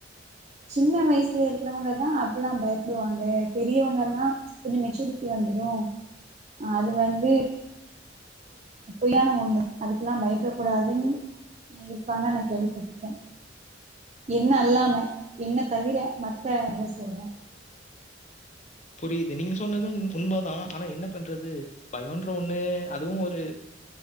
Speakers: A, on the right; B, on the left.
A: சின்ன வயசுல இருக்கிறவங்கதா அத் எல்லாம் பயப்படுவாங்க பெரியவங்கல்லா கொஞ்ச மெச்சூரிட்டி வந்துடு அது வந்து பொய்யான ஒண்ணு அதுக்கெல்லா பயப்படக் கூடாதுன்னு இருப்பாங்க நா கேள்விப்பட்டு இருக்கே என்ன அல்லாம என்ன தவிர மத்த அவள சொல்றே
B: புரியுது நீங்க சொன்னது உண்மதா ஆனா என்ன பண்றது பயொன்ற ஒண்ணு அதுவு ஒரு